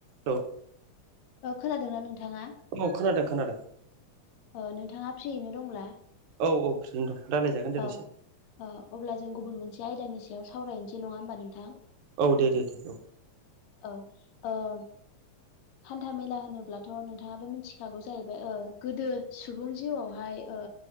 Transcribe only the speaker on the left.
खोनादोंना नोंथाङा
अ नोंथाङा फ्रियैनो दंब्ला
ओ
ओ अब्ला जों गुबुन मोनसे आयदानि सायाव सावरायनोसै नङा होमबा नोंथां
औ ओ हान्था मेला होनोब्लाथ' नोंथाङाबो मिथिखागौ जाहैबाय गोदो सुबुं जिउआवहाय ओ